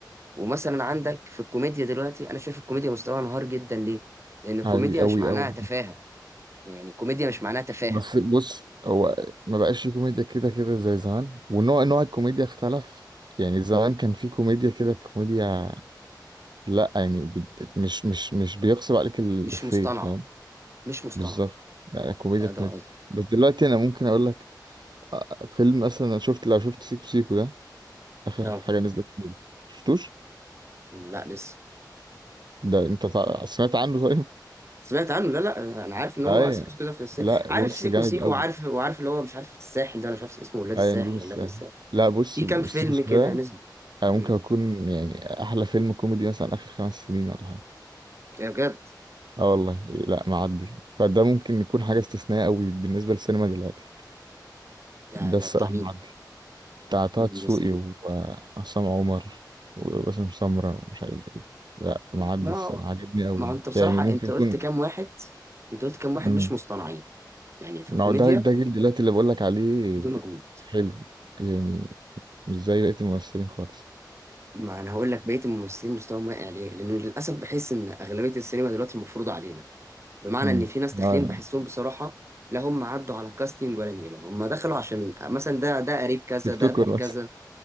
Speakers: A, on the right; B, on the right.
A: ومثلا عندك في الكوميديا دلوقتي انا شايف الكوميديا مستواها انهار جدا ليه لان الكوميديا
B: اوي اوي
A: مش معناها
B: اوي
A: تفاهه يعني الكوميديا مش معناها تفاهه
B: بس بص هو ما بقاش في كوميديا كده كده زي زمان ونوع نوع الكوميديا اختلف يعني زمان
A: م.
B: كان في كوميديا كده كوميديا لا يعني بت- مش مش مش بيغصب عليك الإفيه
A: مش مصطنعة
B: فاهم
A: مش مصطنعة
B: بالظبط يعني كوميديا
A: ده
B: كوميديا
A: ده قصدي
B: بس دلوقتي انا ممكن اقول لك آه، فيلم مثلا انا شفت لو شفت سيكو سيكو ده اخر
A: اه
B: حاجة نزلت فيه. شفتوش
A: لا لسه
B: ده انت تع- سمعت عنه طيب
A: سمعت عنه لا لا انا عارف ان هو
B: ايوه
A: سيكو سيكو ده في الساحل
B: لا
A: عارف
B: بص
A: سيكو
B: جامد
A: سيكو
B: قوي
A: وعارف وعارف اللي هو مش عارف الساحل ده انا مش عارف اسمه ولاد الساحل
B: ايوه نجوم الساحل
A: ولا ابن الساحل
B: لا بص
A: في
B: سيكو
A: كام فيلم
B: سيكو
A: كده
B: ده
A: نزل
B: أنا ممكن
A: مم.
B: أكون يعني أحلى فيلم كوميدي مثلا آخر خمس سنين ولا حاجة
A: يا بجد
B: آه والله لا معدي فده ممكن يكون حاجة استثنائية أوي بالنسبة للسينما دلوقتي
A: ده
B: ده
A: ده
B: الصراحة
A: بتاع مين؟
B: معدي بتاع طه
A: مين
B: دسوقي
A: اللي بيمثل فيه؟
B: وعصام عمر وباسم سمرة ومش عارف إيه لا معدي
A: ما
B: الصراحة عجبني أوي
A: ما هو انت بصراحة
B: يعني ممكن
A: انت
B: يكون
A: قلت كام واحد انت قلت كام واحد
B: مم.
A: مش مصطنعين يعني في
B: ما
A: الكوميديا
B: هو ده ده جيل دلوقتي اللي بقولك عليه
A: دول مجهول
B: حلو يعني مش زي بقية الممثلين خالص
A: ما انا هقول لك بقية الممثلين مستواهم واقع ليه؟ لان للاسف بحس ان اغلبية السينما دلوقتي مفروضة علينا بمعنى
B: مم.
A: ان في ناس داخلين
B: اه يعني
A: بحسهم بصراحه لا هم عدوا على كاستنج ولا نيله هم دخلوا عشان مثلا ده ده قريب كذا
B: تيك
A: ده
B: توكر
A: ابن كذا
B: بس